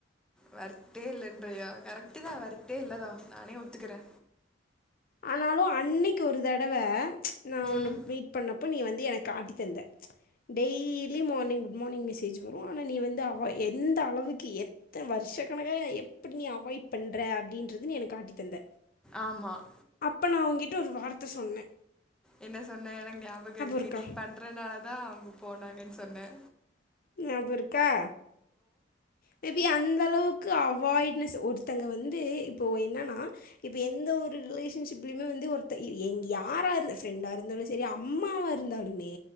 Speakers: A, in the centre; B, on the left.
A: வொர்த்தே இல்லன்றியா கரெக்டுதா வொர்த்தே இல்லதா நானே ஒத்துக்கிறே
B: ஆனாலு அன்னைக்கி ஒரு தடவ நா
A: ம்
B: ஒன்ன மீட் பண்ணப்போ நீ வந் து எனக்கு காட்டி தந்த daily morning good morning message வரு ஆனா நீ வந்து அவ எந்த அளவுக்கு எத்த வருஷ கணக்கா எப்டி நீ அவாய்ட் பண்ற அப்டின்றது நீ எனக் காட்டி தந்த
A: ஆமாம்
B: அப்ப நா ஓங்கிட்ட ஒரு வார்த்த சொன்னே
A: என்ன சொன்ன எனக் ஞாபக இருக்கு
B: இருக்கா
A: நீ பண்றனாலதா போனாங்கனு சொன்ன
B: ஞாபோருக்கா மே பி அந் ந்த அளவுக்கு அவாய்ட்னஸ் ஒருத்தங்க வந்து இப்போ என்னன்னா இப்ப எந்த ஒரு ரிலேஷன்ஷிப்லயுமே வந்து ஒருத்த எங் யாரா இரு ஃப்ரெண்டா இரு ந்தாலு சேரி அம்மாவா இருந்தாலுமே